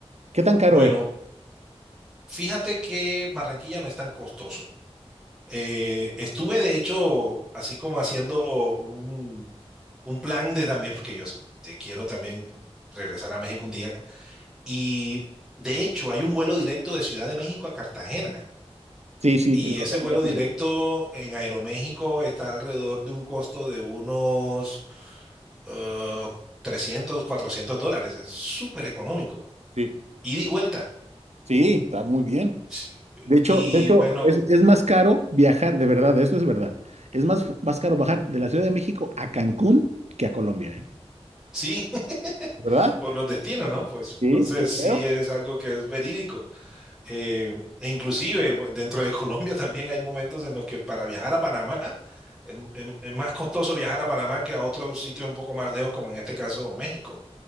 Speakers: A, on the right; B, in the centre.
A: ¿Qué tan caro
B: bueno,
A: es?
B: fíjate que Barranquilla no es tan costoso. Eh, estuve de hecho así como haciendo un, un plan de también, porque yo te quiero también regresar a México un día. Y de hecho, hay un vuelo directo de Ciudad de México a Cartagena.
A: Sí, sí,
B: Y
A: lo
B: ese
A: sé,
B: vuelo
A: lo sé,
B: directo
A: lo sé.
B: en Aeroméxico está alrededor de un costo de unos eh, 300, 400 dólares. Es súper económico.
A: Sí.
B: Ida y vuelta.
A: Sí, está muy bien.
B: Sí,
A: De hecho,
B: Y
A: de hecho,
B: bueno,
A: es, es más caro viajar, de verdad, esto es verdad. Es más, más caro bajar de la Ciudad de México a Cancún que a Colombia, ¿eh?
B: sí, <laughs>
A: ¿Verdad?
B: por los destinos, ¿no? Pues
A: Sí,
B: entonces
A: yo creo.
B: sí es algo que es verídico. Eh, e inclusive pues, dentro de Colombia <laughs> también hay momentos en los que para viajar a Panamá es, es- es más costoso viajar a Panamá que a otros sitios un poco más lejos, como en este caso México.